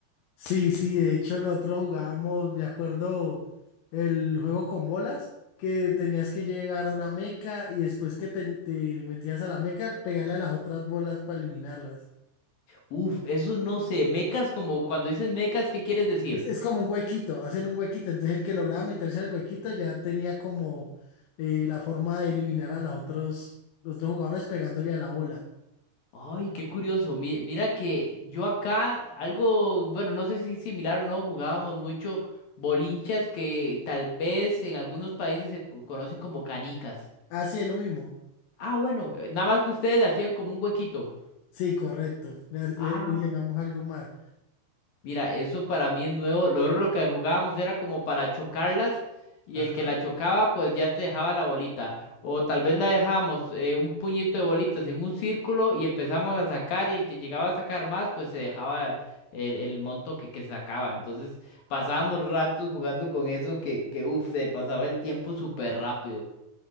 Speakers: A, on the left; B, on the left.
A: Sí, sí, de hecho nosotros jugábamos, me acuerdo, el juego con bolas, que tenías que llegar a una meca y después que te, te metías a la meca, pegarle a las otras bolas para eliminarlas.
B: Uf, eso no sé, mecas como cuando dicen mecas, ¿qué quieres decir?
A: Es, es como un huequito, hacen un huequito. Entonces el que lograba meterse al huequito ya tenía como eh, la forma de eliminar a los otros, los otros jugadores pegándole a la bola.
B: Ay, qué curioso. Mi- mira que yo acá algo, bueno, no sé si similar o no, jugábamos mucho bolinchas que tal vez en algunos países se co- conocen como canicas.
A: Ah, sí, es lo mismo.
B: Ah, bueno, eh, nada más que ustedes le hacían como un huequito.
A: Sí, correcto. Le, le
B: Ah.
A: adicionamos algo más.
B: Mira, eso para mí es nuevo. Luego lo que jugábamos era como para chocarlas y
A: Ajá.
B: el que la chocaba pues ya te dejaba la bolita. O tal vez la dejamos eh, un puñito de bolitas en un círculo y empezamos a sacar y el que llegaba a sacar más pues se dejaba el, el monto que, que sacaba. Entonces pasábamos ratos jugando con eso que, que uff, se pasaba el tiempo súper rápido.